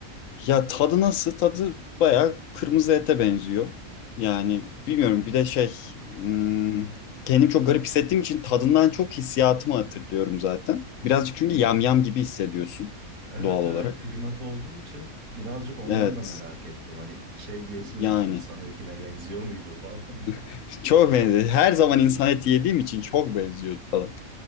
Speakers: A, on the left (about 70°); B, on the right (about 75°).
A: Ya tadı nasıl? Tadı bayağı kırmızı ete benziyor. Yani bilmiyorum bir de şey. hmm, kendim çok garip hissettiğim için tadından çok hissiyatımı hatırlıyorum zaten. Birazcık çünkü
B: Hmm.
A: yamyam gibi hissediyorsun
B: Evet
A: doğal olarak.
B: evet primat olduğu için birazcık ondan
A: Evet
B: da merak ettim. Hani şey diyesin
A: yani
B: ya insan etine benziyor muydu falan. <laughs>
A: <laughs> çok benziyor. Her zaman insan eti yediğim için çok benziyordu falan.